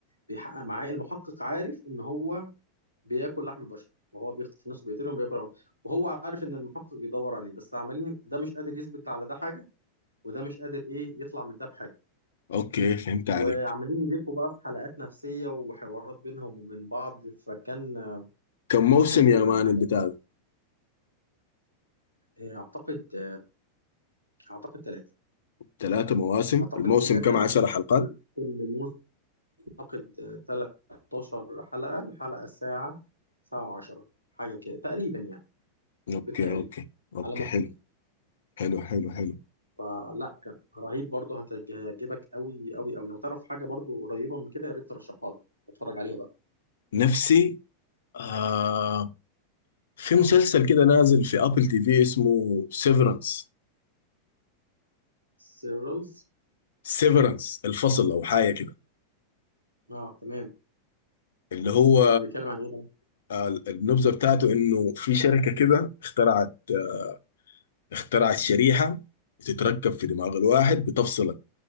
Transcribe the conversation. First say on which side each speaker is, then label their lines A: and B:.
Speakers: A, on the right (about 80°); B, on the left (about 60°).
A: بيحقق معاه المحقق عارف ان هو بياكل لحم البشر وهو بيخطف الناس وبيقتلهم بياكل وهو عارف ان المحقق بيدور عليه بس عمالين ده مش قادر يثبت على ده حاجة وده مش قادر ايه يطلع من ده بحاجة
B: اوكي فهمت عليك
A: وعمالين يلفوا بقى في حلقات نفسية وحوارات بينهم وبين بعض فكان آه،
B: كم موسم
A: حلو
B: يا
A: يعني
B: مان
A: عجبني
B: البتاع ده؟
A: آه، اعتقد آه، اعتقد ثلاثة
B: ثلاثة مواسم
A: اعتقد
B: الموسم
A: ثلاثة
B: كم عشر حلقات
A: كل كل موسم اعتقد آه، 13 حلقة الحلقة الساعة ساعة و10 حاجة كده تقريبا يعني
B: اوكي
A: بالتقريب
B: اوكي اوكي
A: على ما افتكر
B: حلو حلو حلو حلو
A: فلا كان رهيب برضه هتعج- هيعجبك قوي قوي قوي لو تعرف حاجة برضه قريبة من كده يا ريت ترشحها لي اتفرج عليها بقى
B: نفسي آه في مسلسل كده نازل في ابل تي في اسمه سيفرنس
A: سيرلز
B: سيفرنس الفصل او حاجة كده
A: اه تمام
B: اللي هو
A: هو بيتكلم عن ايه ده؟
B: آه، النبذة بتاعته انه في شركة كده اخترعت آه، اخترعت شريحة بتتركب في دماغ الواحد بتفصلك